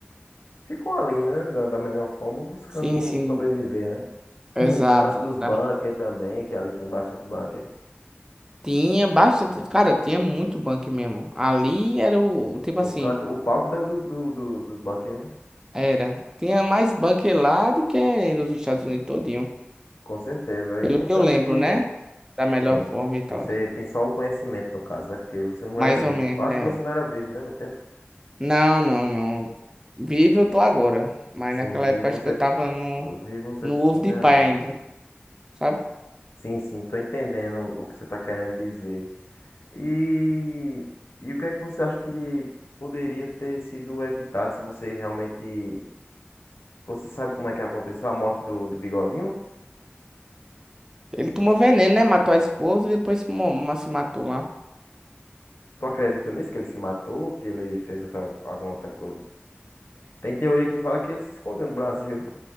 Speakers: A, on the left; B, on the right.
A: ficam ali, né? Da, da melhor forma, buscando
B: Sim, sim,
A: sobreviver, né? <clears throat>
B: exato.
A: Hum, Tem o lance dos
B: Da-
A: bunkers também, que é ali tem bastante bunker.
B: Tinha bastante, cara, tinha muito bunker mesmo. Ali era o, tipo
A: O
B: assim,
A: canto, o palco do, do, do- do- dos bunkers, né?
B: era. Tinha mais bunker lá do que nos Estados Unidos todinho.
A: Com certeza.
B: Pelo
A: E você
B: que eu
A: acha
B: lembro,
A: que,
B: né? Da melhor
A: sim,
B: forma e tal.
A: você tem só o conhecimento, no caso, né? Porque você não
B: Mais
A: era vivo.
B: ou menos,
A: Eu acho
B: né?
A: que você não era vivo, né? No tempo.
B: Não, não, não. Vivo eu tô agora. Mas
A: Sim,
B: naquela
A: vivo
B: época acho
A: você.
B: que eu tava no,
A: Vivo você,
B: no ovo
A: você
B: de
A: é
B: pai
A: agora.
B: ainda. sabe?
A: Sim, sim, tô entendendo o que você tá querendo dizer. E, e o que é que você acha que, que poderia ter sido evitado se você realmente. Você sabe como é que aconteceu a morte do, do Bigodinho?
B: Ele tomou veneno, né? Matou a esposa e depois mo- ma- se matou lá.
A: Tu acredita nisso? Que ele se matou? Que ele fez outra, alguma outra coisa? Tem teoria que fala que ele se escondeu no Brasil. <laughs>